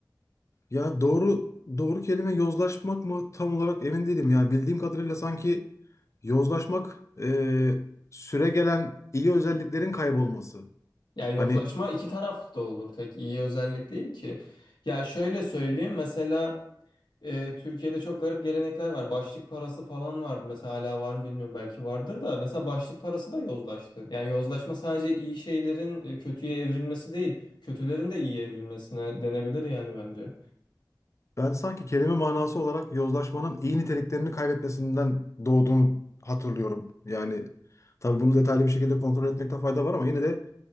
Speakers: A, on the left; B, on the left.
A: Ya doğru doğru kelime yozlaşmak mı tam olarak emin değilim. Yani bildiğim kadarıyla sanki yozlaşmak e, süre gelen iyi özelliklerin kaybolması.
B: Ya yozlaşma
A: Hani
B: iki taraflı da olur. Tek iyi özellik değil ki. Ya şöyle söyleyeyim. Mesela e, Türkiye'de çok garip gelenekler var. Başlık parası falan vardı. Mesela hala var mı bilmiyorum. Belki vardır da. Mesela başlık parası da yozlaştı. Yani yozlaşma sadece iyi şeylerin e, kötüye evrilmesi değil. Kötülerin de iyi evrilmesine denebilir yani bence.
A: ben sanki kelime manası olarak yozlaşmanın iyi niteliklerini kaybetmesinden doğduğunu hatırlıyorum. Yani tabii bunu detaylı bir şekilde kontrol etmekte fayda var ama yine de